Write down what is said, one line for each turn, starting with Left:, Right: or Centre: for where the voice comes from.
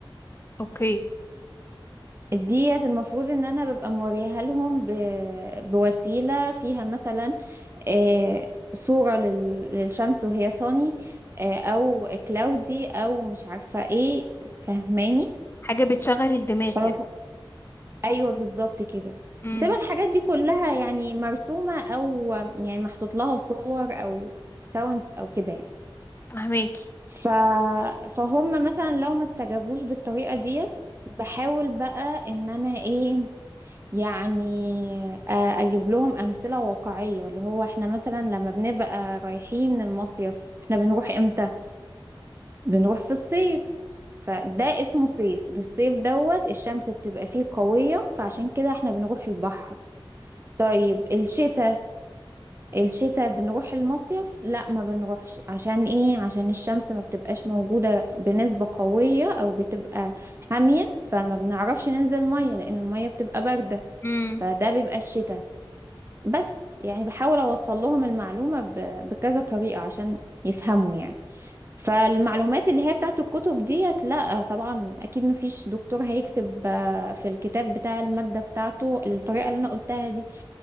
Left: اوكي
Right: ديت المفروض ان انا ببقى موريها لهم ب... بوسيلة فيها مثلا آه، صورة لل... للشمس وهي صاني آه، او كلاودي او مش عارفة ايه فهماني
Left: حاجه بتشغل الدماغ
Right: فالمفروض
Left: يعني
Right: ايوه بالظبط كده
Left: امم
Right: بتبقى الحاجات دي كلها يعني مرسومة او يعني محطوط لها صور او ساوندز او كده يعني
Left: فهماكي
Right: ف... فهم مثلا لو ما استجابوش بالطريقة ديت بحاول بقى ان انا ايه يعني آه، اجيب لهم امثله واقعيه اللي هو احنا مثلا لما بنبقى رايحين المصيف احنا بنروح امتى بنروح في الصيف فده اسمه صيف ده الصيف دوت الشمس بتبقى فيه قويه فعشان كده احنا بنروح البحر طيب الشتاء الشتاء بنروح المصيف لا ما بنروحش عشان ايه عشان الشمس ما بتبقاش موجوده بنسبه قويه او بتبقى حاميه فما بنعرفش ننزل ميه لان الميه بتبقى بارده
Left: امم
Right: فده بيبقى الشتاء بس يعني بحاول أوصل لهم المعلومة ب- بكذا طريقة عشان يفهموا يعني فالمعلومات اللي هي بتاعت الكتب ديت لا طبعا أكيد مفيش دكتور هيكتب آه، في الكتاب بتاع المادة بتاعته الطريقة اللي أنا قلتها دي